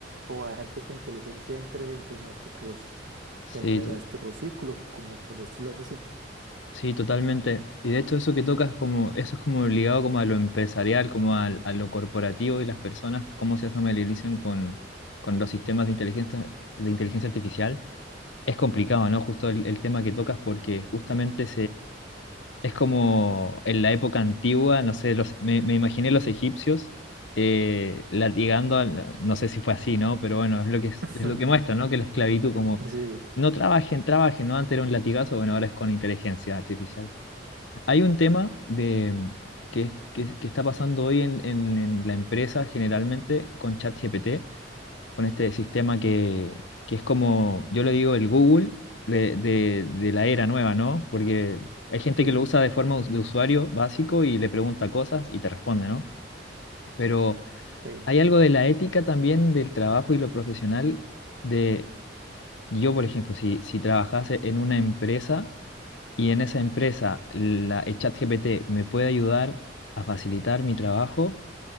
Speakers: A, on the right; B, on the left.
A: o a dejar que esta inteligencia entre dentro de nuestros,
B: Sí,
A: dentro de
B: to-
A: nuestro círculo, como por decirlo así.
B: sí, totalmente. Y de hecho eso que tocas como, eso es como ligado como a lo empresarial, como al- a, lo corporativo y las personas, cómo se familiarizan con, con los sistemas de inteligencia, de inteligencia artificial. Es complicado, ¿no? Justo el, el tema que tocas porque justamente Es como en la época antigua, no sé, los, me, me imaginé los egipcios eh, latigando, al- no sé si fue así, ¿no? Pero bueno, es lo que, es
A: <laughs>
B: lo que muestra, ¿no? Que la esclavitud como,
A: Sí,
B: no trabajen, trabajen, ¿no? Antes era un latigazo, bueno, ahora es con inteligencia artificial. Hay un tema de, mm, que, que, que está pasando hoy en, en, en la empresa generalmente con ChatGPT, con este sistema que, que es como, yo le digo, el Google de, de- de la era nueva, ¿no? Porque hay gente
A: sí,
B: que lo usa de forma us- de usuario básico y le pregunta cosas y te responde, ¿no? Pero
A: sí,
B: hay algo de la ética también del trabajo y lo profesional de, yo, por ejemplo, si, si trabajase en una empresa y en esa empresa la, el ChatGPT me puede ayudar a facilitar mi trabajo,